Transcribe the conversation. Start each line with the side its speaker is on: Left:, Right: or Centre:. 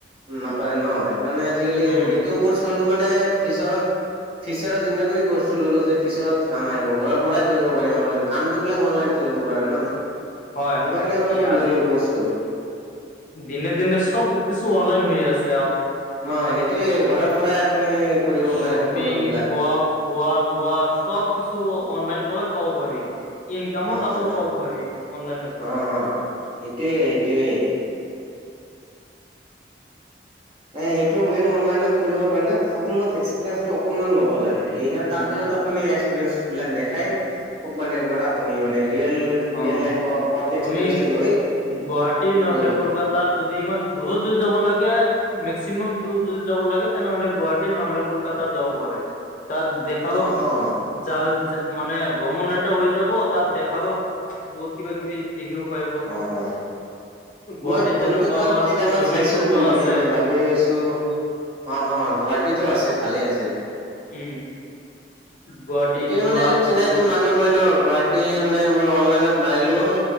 Right: নাপাৰে ন সেইকাৰণে আজিকালি
Left: উম,
Right: এইটোও কৰ্চ ললো মানে ফিউচাৰত ফিচাৰ চিন্তা কৰি কৰ্চটো ললো যে ফিচাৰত কাম আহিব ঘৰৰ পৰাই কৰিব পাৰিম আপোনালোকে কামটো বিলাক অনলাইন কৰিব পাৰে ন
Left: হয়
Right: সেইকাৰণে
Left: হয়
Right: মানে
Left: ই আজি
Right: ললো কৰ্চটো
Left: দিনে দিনে চব কিছু অনলাইন হৈ আছে আপ
Right: ন
Left: অ',
Right: সেইটোয়ে ঘৰৰ পৰাই। আপুনি কৰিব পাৰে
Left: শ্বপিং
Right: সকলো বিলাক
Left: পোৱা পোৱাৰ দুৱ সব কিছু অনলাইন পাবে পাব পাৰি। ইনকামো
Right: অ
Left: তাতো
Right: অ
Left: পাব পাৰি অনলাইনৰ পৰা।
Right: অ অ সেইটোয়ে সেইটোয়ে সেইটো মেইন অনলাইনত কৰিব কাৰণে, প্ৰথমত এক্সপিৰিয়েঞ্চটো অকনমান লব লাগে। এইকাৰণ
Left: উম,
Right: তাৰপিছত আপুনি এক্সপেৰিয়েঞ্চ বিলাক দেখাই কোম্পানীৰ পৰা আপুনি
Left: উম,
Right: মানে ৰিয়েল ৰিয়েল
Left: অ',
Right: লাইফ‌ ৱৰ্ক
Left: তুমি
Right: এক্সপিৰিয়েঞ্চটো লৈ।
Left: গুৱাহাটী নহ'লে
Right: কৰিব পাৰে
Left: কলকাত যদি ইমান দূৰটো যাব লাগে মেকচিমাম দূৰ যদি যাব লাগে, তেনেহলে গুৱাহাটী নহ'লে কলকাতা। ককাতাত যাব পাৰে, তাত দেখাব
Right: অ অ
Left: যাৰ মানে ভ্ৰমণ এটা হৈ যাব। হ'ব তাত দেখাব বহুত কিবা কিবি। দেখিব পাৰিব।
Right: অহ', ‌ অহ'।
Left: গুৱাহাটীত
Right: মই কলকাতাত
Left: যেনেকুৱা আমাৰ
Right: কেইটামান
Left: জুবিন
Right: চাইছোঁ
Left: ক্ষেত্ৰ
Right: কোম্পানী,
Left: আছে।
Right: মই ভাবি আছোঁ। অহ', অহ' গুৱাহাটীতো আছে, ভালে আছে।
Left: উম'। গুৱাহাটী
Right: সেইটোৱে
Left: যোৱা
Right: মানে চিনাকি
Left: জু
Right: মানুহ নাই ন, গুৱাহাটী মানে মই অনলাইনত মাৰিলো।